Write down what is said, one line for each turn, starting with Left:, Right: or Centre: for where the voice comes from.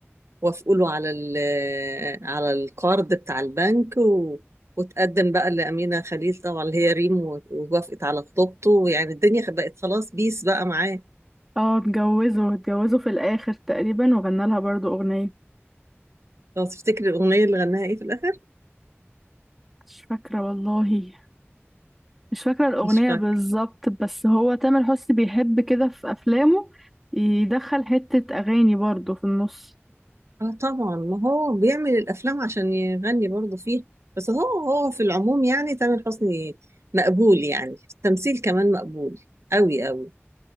Right: ووافقوا له على ال- على القرض بتاع البنك و... وتقدم بقى لأمينة خليل طبعا اللي هي ريم و- ووافقت على خطوبته ويعني الدنيا بقت خلاص بيس بقى معاه
Centre: اه اتجوزوا اتجوزوا في الاخر تقريبا وغنى لها برضو اغنية
Right: لو تفتكري الأغنية اللي غناها ايه في الآخر
Centre: مش فاكرة والله مش فاكرة الأغنية
Right: مش فاكر
Centre: بالظبط بس هو تامر حسني بيحب كده في أفلامه يدخل حتة أغاني برضه في النص
Right: اه طبعا ما هو بيعمل الأفلام عشان يغني برضه فيه بس هو هو في العموم يعني تامر حسني مقبول يعني التمثيل كمان مقبول قوي قوي